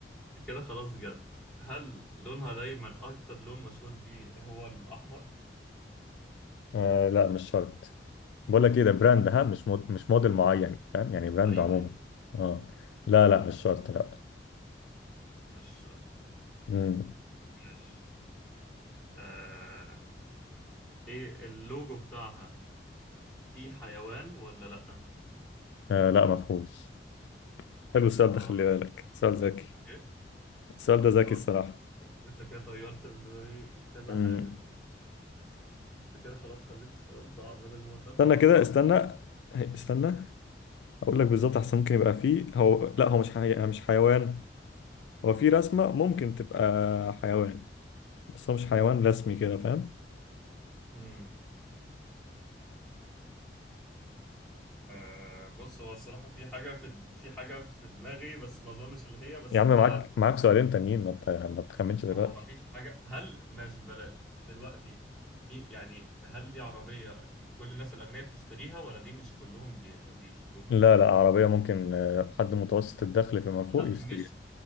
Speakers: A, in the centre; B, on the left.
A: كده خلاص جد هل لونها دايما أكتر لون مشهور بيه هو الأحمر؟
B: آه لا مش شرط بقول لك ايه ده براند ها مش مود مش موديل معين فاهم يعني براند
A: أيوه
B: عموما
A: أيوه أيوه
B: اه لا لا مش شرط لا
A: مش شرط
B: امم
A: ماشي آه إيه اللوجو بتاعها فيه حيوان ولا لأ؟
B: آه لا ما فيهوش حلو السؤال
A: آه
B: ده خلي بالك سؤال ذكي
A: إيه؟
B: السؤال
A: ما
B: ده
A: انت
B: ذكي
A: خلاص
B: الصراحة
A: انت كده طيرت من دماغي كذا
B: امم
A: حاجة انت كده خلاص خليت السؤال صعب بدل ما هو سهل
B: استنى
A: بقى
B: كده
A: صعب
B: استنى هي- استنى اقول لك بالظبط احسن ممكن يبقى فيه هو لا هو مش حي... مش حيوان هو في رسمة ممكن تبقى حيوان بس هو مش حيوان رسمي كده فاهم
A: امم آه بص هو الصراحة في حاجة في د- في حاجة في دماغي بس ما اظنش اللي هي بس
B: يا عم
A: انت
B: معاك معاك سؤالين تانيين ما ت- ما تخمنش
A: ما
B: دلوقتي
A: هو ما فيش حاجة هل ماشي بلاش دلوقتي في يعني ده هل دي عربية كل الناس الأغنياء بتشتريها ولا دي مش كلهم بي... اللي بيشتروها
B: لا لا عربية ممكن آه، حد متوسط الدخل فيما فوق
A: لا
B: يشتريها
A: مش